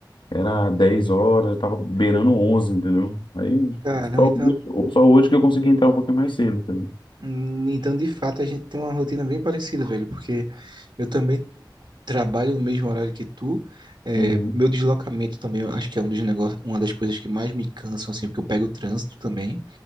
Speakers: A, on the left; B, on the right.
A: era 10 horas, tava beirando 11, entendeu? Aí
B: Caramba,
A: só,
B: então,
A: hoje- só hoje que eu consegui entrar um pouquinho mais cedo, entendeu?
B: hum, então de fato a gente tem uma rotina bem parecida, velho, porque eu também trabalho no mesmo horário que tu. é,
A: Uhum.
B: meu deslocamento também, eu acho que é um dos negócios, uma das coisas que mais me cansam, assim, porque eu pego o trânsito também.